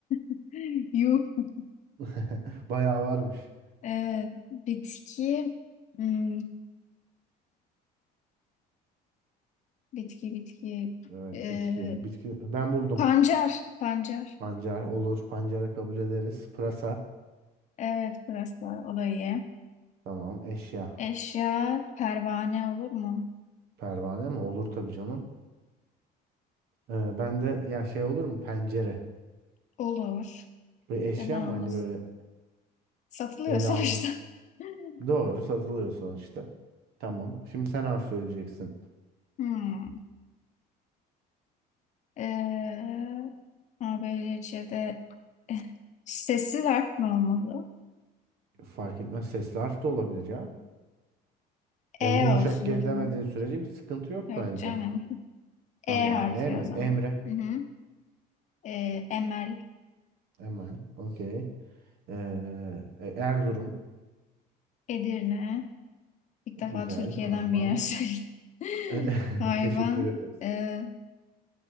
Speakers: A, on the left; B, on the right.
A: <laughs> Yuh.
B: <laughs> Bayağı varmış.
A: E, bitki. Hmm, bitki bitki.
B: Evet
A: E,
B: bitki. Bitki. Ben buldum.
A: pancar. Pancar.
B: Pancar olur. Pancarı kabul ederiz. Pırasa.
A: Evet burası da o da iyi.
B: Tamam. Eşya.
A: Eşya pervane olur mu?
B: Pervane mi? Olur tabii canım. Ee, ben de ya şey olur mu? Pencere.
A: Olur.
B: Bir eşya
A: Neden
B: mı?
A: olmasın?
B: Hani böyle
A: Satılıyor
B: ele
A: sonuçta.
B: alınıp
A: <laughs>
B: doğru satılıyor sonuçta. Tamam. Şimdi sen harf söyleyeceksin.
A: Hmm. Ee, ABC'de sessiz <laughs> harf mi olmalı?
B: Fark etmez. Sesli harf de olabilir ya. Yani
A: E
B: yumuşak
A: olsun
B: G
A: o zaman.
B: demediğin sürece bir sıkıntı yok
A: Yok
B: bence.
A: canım. <laughs>
B: Tamam.
A: E harfi
B: E mi?
A: o zaman.
B: Emre.
A: Hı hı. Ee, Emel,
B: Emel. Okey. Ee, e, Erzurum.
A: Edirne. İlk
B: Güzel.
A: defa Türkiye'den
B: Hayvan.
A: bir yer söyledim.
B: <laughs>
A: <laughs> Hayvan.
B: Teşekkür ederiz.
A: ee,